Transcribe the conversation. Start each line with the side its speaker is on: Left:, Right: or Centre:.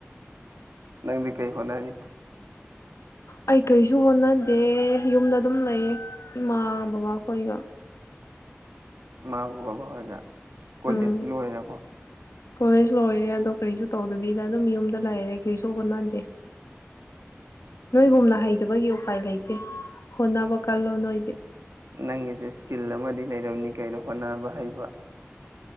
Right: ꯅꯪꯗꯤ ꯀꯩ ꯍꯣꯠꯅꯔꯤꯕ
Left: ꯑꯩ ꯀꯔꯤꯁꯨ ꯍꯣꯠꯅꯗꯦ ꯌꯨꯝꯗ ꯑꯗꯨꯝ ꯂꯩ ꯏꯃꯥ ꯕꯕꯥꯈꯣꯏꯒ
Right: ꯏꯃꯥ ꯕꯕꯥ ꯍꯣꯏꯒ ꯀꯣꯂꯦꯖꯇꯤ
Left: ꯎꯝ
Right: ꯂꯣꯏꯔꯕꯣ
Left: ꯀꯣꯂꯦꯖ ꯂꯣꯏꯔꯦ ꯑꯗꯣ ꯀꯔꯤꯁꯨ ꯇꯧꯗꯕꯤꯗ ꯑꯗꯨꯝ ꯌꯨꯝꯗ ꯂꯩꯔꯦ ꯀꯔꯤꯁꯨ ꯍꯣꯠꯅꯗꯦ <inaudible> ꯅꯣꯏꯒꯨꯝꯅ
Right: ꯎꯝ
Left: ꯍꯩꯇꯕꯒꯤ ꯎꯄꯥꯏ ꯂꯩꯇꯦ ꯍꯣꯠꯅꯕ ꯀꯜꯂꯣ ꯅꯣꯏꯗꯤ
Right: ꯅꯪꯒꯤꯁꯨ ꯏꯁꯀꯤꯜ ꯑꯃꯗꯤ ꯂꯩꯔꯝꯅꯤ ꯀꯩꯅꯣ ꯍꯣꯠꯅꯕ ꯍꯩꯕ